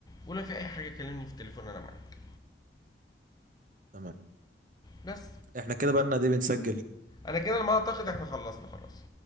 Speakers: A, on the left; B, on the right.
A: ولو في اي حاجه كلمني في التليفون انا معاك
B: تمام
A: بس
B: احنا كده بقى لنا دي بنسجل
A: انا كده على ما اعتقد احنا خلصنا خلاص